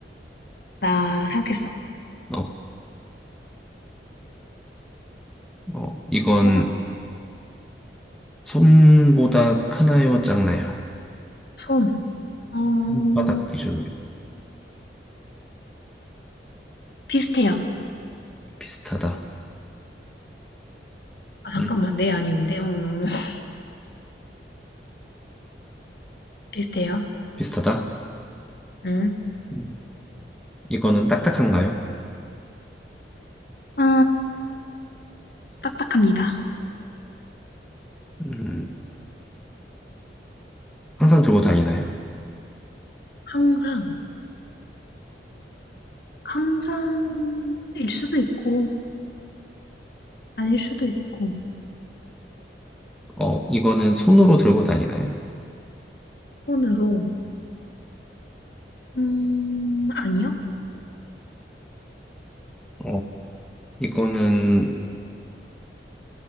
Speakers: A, on the left; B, in the centre.
A: 나 생각했어.
B: 어, 어, 이건,
A: 물어봐.
B: 손보다 크나요, 작나요?
A: 손. 어,
B: 손 바닥 기준으로
A: 비슷해요.
B: 비슷하다.
A: 아, 잠깐만.
B: 음.
A: 네, 아니운데. 어, <laughs> 비슷해요.
B: 비슷하다.
A: 음.
B: 음. 이거는 딱딱한가요?
A: 어, 딱딱합니다.
B: 음, 항상 들고 다니나요?
A: 항상, 항상 일 수도 있고 아닐 수도 있고,
B: 어, 이거는 손으로 들고 다니나요?
A: 손으로, 음, 아니요.
B: 어, 이거는